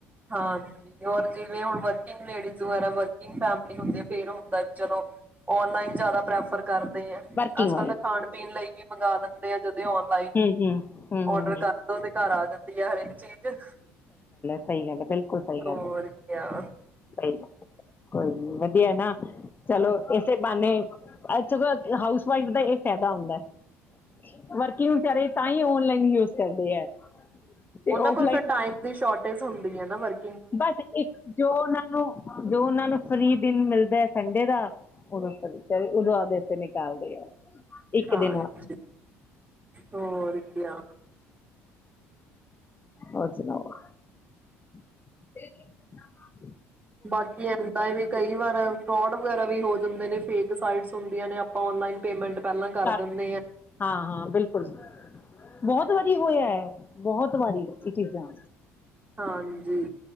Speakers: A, on the right; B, on the left.
A: ਹਾਂਜੀ ਔਰ ਜਿਵੇਂ ਹੁਣ ਲੇਡੀ ਦੁਬਾਰਾ ਵਰਕਿੰਗ ਤਾਂ ਆਪਣੇ ਹੁੰਦੇ ਆ ਫਿਰ ਵੀ ਚਲੋ ਔਨਲਾਈਨ ਜ਼ਿਆਦਾ ਪ੍ਰੈਫਰ ਕਰਦੇ ਆ।
B: ਵਰਕਿੰਗ
A: ਅੱਜ,
B: ਵਾਲੇ
A: ਕੱਲ ਤਾਂ ਖਾਣ ਪੀਣ ਲਈ ਵੀ ਮੰਗ ਦਿੰਦੇ ਆ ਜਦੋਂ ਆ
B: ਹੂੰ ਹੂੰ ਹੂੰ ਹੂੰ
A: ਔਡਰ ਕਰ ਦਿਓ ਤੇ ਘਰ ਆ ਜਾਂ। ਹਰੇਕ ਚੀਜ਼
B: ਕਹੀ ਗੱਲ। ਬਿਲਕਲ। ਕੋਈ ਸਹੀ ਗੱਲ
A: ਹੋਰ
B: ਹੈ
A: ਕਿਆ
B: ਸਹੀੱ ਕੋਈ ਵਧੀਆ ਨਾ। -ਚਲੋ ਇਸੇ ਬਾਨੇ ਅੱਜ ਹਾਊਸ ਵਾਈਫ ਦਾ ਇਹ ਫਾਇਦਾ ਹੁੰਦਾ ਹੈ ਵਰਕਿੰਗ ਵਿਚਾਰੇ ਤਾਂ ਹੀ ਓਨਲਾਈਨ ਯੂਜ ਕਰਦੇ ਹੈ ਤੇ
A: ਉਹਨਾਂ
B: ਔਫਲਾਈਨ
A: ਕੋਲ ਫਿਰ ਟਮ ਸ਼ੋਰਟੇਜ ਹੁੰਦੀ ਹੈ ਨਾ ਵਰਕ
B: ਬਸ ਇੱਕ ਜੋ ਉਹਨਾਂ ਨੂੰ ਜੋ ਉਹਨਾਂ ਨੂੰ ਫਰੀ ਦਿਨ ਮਿਲਦਾ ਸੰਡੇ ਦਾ ਉਦ ਫ ਉਦੋਂ ਆਪਦੇ ਇਥੇ ਨਿਕਾਲਦੇ ਆ ਇੱਕ
A: ਹਾਂਜੀ
B: ਦਿਨ ਹੋਰ
A: ਹੋਰ ਕਿਆ
B: ਔਰ ਸੁਣਾਓ ਮਿਲਦਾ
A: ਬਾਕੀ ਇਦਾ ਵੀ ਕਈ ਵਾਰ ਫਰੋਡ ਵਗੈਰਾ ਵੀ ਹੋ ਹੁੰਦੇ ਨੇ ਫੇਕ ਸਾਈਟਸ ਹੁੰਦੀਆਂ ਨੇ ਆਪਾਂ ਔਨਲਾਈਨ ਪੇਮੈਂਟ ਪਹਿਲਾਂ ਕਰ
B: ਹਾਂ
A: ਦਿੰਦੇ
B: ਹਾਂ ਬਿਲਕੁਲ ਬਹੁਤ ਵਧੀਆ ਹੋਇਆ ਹੈ ਬਹੁਤ ਵਾਰੀਚੀਜ਼ਾਂ
A: ਹਾਂਜੀ